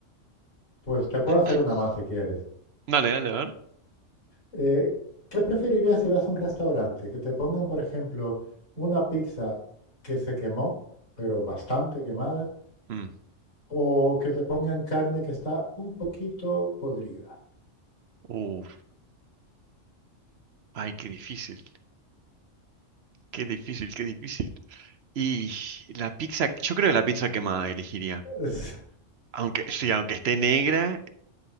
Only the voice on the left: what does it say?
Pues te puedo
hacer una más si quieres.
Eh, ¿qué preferirías si vas a un restaurante? Que te pongan, por ejemplo, una pizza que se quemó, pero bastante quemada,
o que te pongan carne que está un poquito podrida.
<laughs> Es-